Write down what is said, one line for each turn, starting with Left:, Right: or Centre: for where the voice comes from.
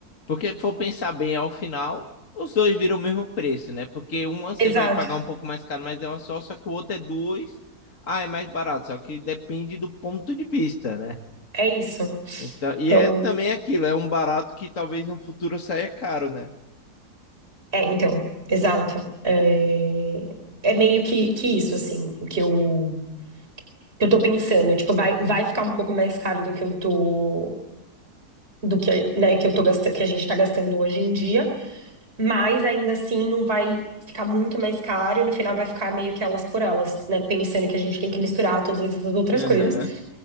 Left: Porque se for pensar bem ao final, os dois viram o mesmo preço, né? Porque uma você
Right: Exato,
Left: vai pagar um pouco mais caro, mas é uma só, só que o outro é duas. Ah, é mais barato, só que depende do ponto de vista, né?
Right: é isso.
Left: Então, e
Right: Então.
Left: é também aquilo, é um barato que talvez no futuro saia caro, né?
Right: É, então, exato. É, é meio que, que isso, assim, o que eu, que eu tô pensando. Tipo, vai, vai ficar um pouco mais caro do que eu tô, do que, né, que eu tô gastando, que a gente tá gastando hoje em dia, mas ainda assim não vai ficar muito mais caro e no final vai ficar meio que elas por elas, né? Pensando que a gente tem que misturar todas essas outras
Left: Aham.
Right: coisas.